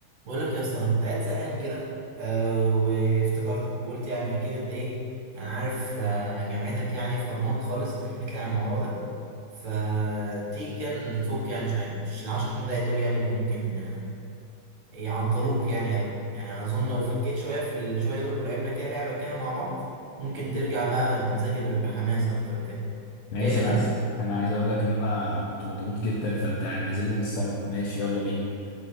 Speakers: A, on the right; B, on the left.
A: بقول لك يا اسطى انا كنت قاعد زهقان كده آه وافتكرتك وقلت يعني اكيد انت ايه يعني عارف آه جامعتك يعني فرمان خالص انت حكيت لي عن الموضوع ده فتيجي كان نفك يعني شويه مش العشر دقايق دول يعني اللي ممكن آه يعطلوك يعني قوي يعني اظن لو فكيت شويه في الشويه دول ولعبنا كده لعبه كده مع بعض ممكن ترجع بقى نذاكر بحماس اكتر وكده
B: ماشي
A: جاي منك
B: انا عايز انا عايز اقول لك ان انا كنت مضغوط جدا فانت نازل لي من السما ماشي يلا بينا